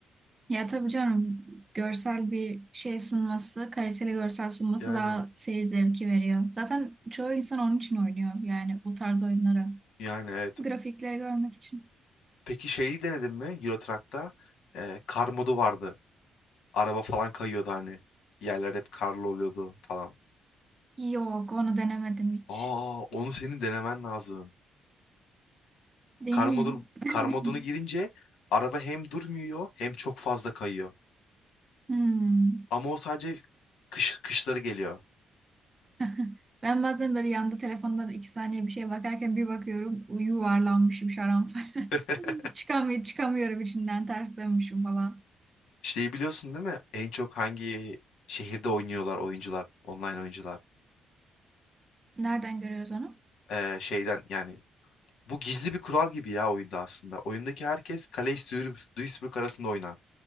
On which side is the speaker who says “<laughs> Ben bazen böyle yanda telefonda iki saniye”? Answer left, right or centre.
Right